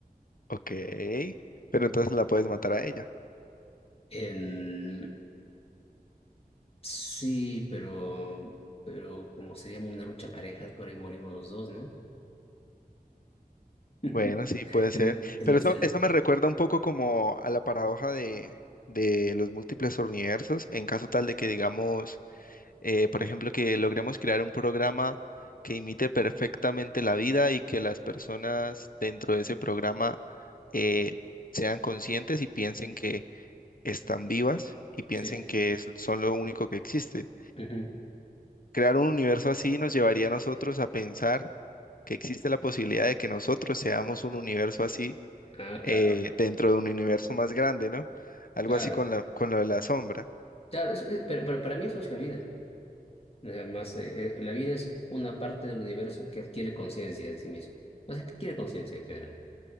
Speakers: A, on the left; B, on the left.
A: Ok, pero entonces la puedes matar a ella.
B: En- Sí, pero, pero como sería una lucha parejas, por ahí morimos los dos, ¿no? <laughs>
A: Bueno, sí, puede
B: Es
A: ser.
B: más, es
A: Pero
B: más
A: eso,
B: ser-
A: eso me recuerda un poco como a la paradoja de, de los múltiples universos, en caso tal de que digamos, eh, por ejemplo, que logremos crear un programa que imite perfectamente la vida y que las personas dentro de ese programa eh, sean conscientes y piensen que están vivas y piensen
B: Sí.
A: que es- son lo único que existe.
B: Ujú.
A: Crear un universo así nos llevaría a nosotros a pensar que existe la posibilidad de que nosotros seamos un universo así
B: Ah,
A: eh,
B: claro,
A: dentro de un universo más grande, ¿no? Algo
B: claro.
A: así con la, con lo de la sombra.
B: Claro, es- es- pero, pero para mí eso es la vida. Además, eh, eh, la vida es una parte del universo que adquiere conciencia de sí misma. O sea, que adquiere conciencia en general,